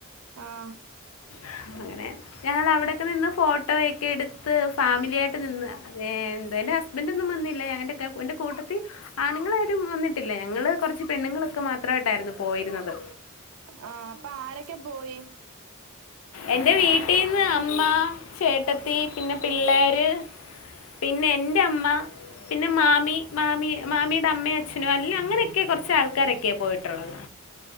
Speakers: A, on the right (about 75°); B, on the left (about 70°).
A: ആഹ്
B: ആഹ് അങ്ങനെ ഞങ്ങ അവിടെക്കെ നിന്ന് ഫോട്ടോ ഒക്കെ എടുത്ത് ഫാമിലിയായിട്ട് ട്ട് നിന്ന് ഏഹ് എന്താ എന്റെ ഹസ്ബന്റ് ഒന്നും വന്നില്ലേ എന്റെ എന്റെ കൂട്ടത്തി ആണുങ്ങൾ ആരും വന്നിട്ടില്ല ഞങ്ങള് കുറച്ച് പെണ്ണുങ്ങളൊക്കെ മാത്രയിട്ടായിരുന്നു പോയിരുന്നത്
A: ആഹ് അപ്പൊ ആരൊക്കെ പോയി
B: എന്റെ വീട്ടിന്ന് അമ്മ ചേട്ടത്തി പിന്നെ പിള്ളേര് പിന്നെ എൻ്റെ അമ്മ പിന്നെ മാമി മാമി മാമിയുടെ അമ്മയ അ ച്ഛനും അല്ല അങ്ങനെയെക്കെ കുറച്ച ആൾക്കാരൊക്കെയാ പോയിട്ടുള്ളത്.